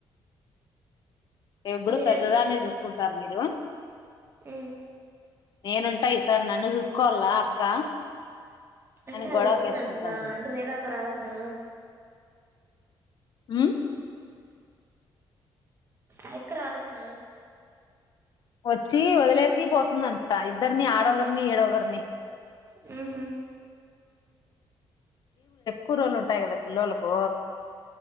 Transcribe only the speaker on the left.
ఎప్పుడు
ఫైదాదా చూస్త కుంటారు మీరు
నేనుంటా ఇ సార్ నన్ను చూసుకోవాల అక్క
అని
గొడవకి
వేసుకుంటాను
ఉమ్
వచ్చి వదిలేసి పోతుందంట ఇద్దరిని ఆడొ ఒగరినీ ఇడో ఒగారిని
కూరళ్లు ఉంటాయి కదా పిల్లొలకు